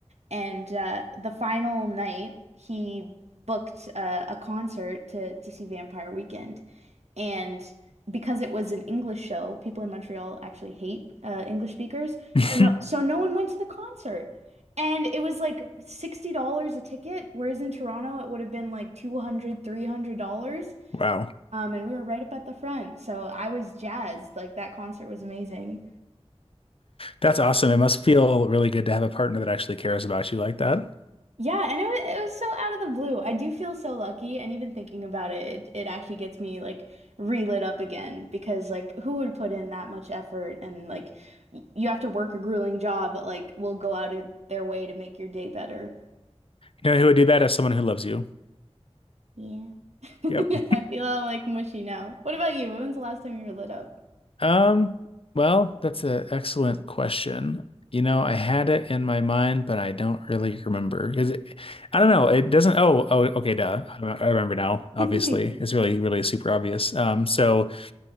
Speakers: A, on the right; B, on the left.
A: And uh, the final night, he booked uh, a concert to, to see Vampire Weekend. And because it was an English show, people in Montreal actually hate uh, English speakers.
B: <laughs>
A: So no, so no one went to the concert. And it was like $60 a ticket, whereas in Toronto it would have been like two hundred, three hundred dollars
B: Wow.
A: Um, and we were right up at the front. So I was jazzed. Like that concert was amazing.
B: That's awesome. It must feel really good to have a partner that actually cares about you like that.
A: Yeah, and it was it was so out of the blue. I do feel so lucky, and even thinking about it, it, it actually gets me like relit up again because like who would put in that much effort and like y- you have to work a grueling job, but like will go out of their way to make your day better.
B: You know who would do that as someone who loves you?
A: Yeah. <laughs>
B: Yep.
A: I feel all like mushy now. What about you? When was the last time you were lit up?
B: Um, well, that's an excellent question. You know, I had it in my mind, but I don't really remember. Is it, I don't know. It doesn't. Oh, oh, okay, duh. I, I remember now. Obviously,
A: <laughs>
B: it's really, really super obvious. Um, so.